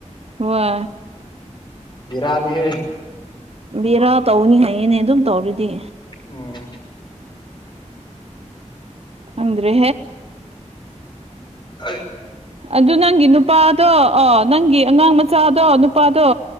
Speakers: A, on the right; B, on the left.
A: ꯋꯥ
B: ꯕꯤꯔꯥꯅꯤ ꯍꯦ
A: ꯕꯦꯔꯥ ꯇꯧꯅꯤ ꯍꯥꯏꯌꯦꯅꯦ ꯑꯗꯨꯝ ꯇꯧꯔꯗꯤ
B: ꯎꯝ
A: ꯑꯗ꯭ꯔꯦ
B: ꯍꯥꯏ
A: ꯑꯗꯨ ꯅꯪꯒꯤ ꯅꯨꯄꯥꯗꯣ ꯑꯣ ꯅꯪꯒꯤ ꯑꯉꯥꯡ ꯃꯆꯥꯗꯣ ꯅꯨꯄꯥꯗꯣ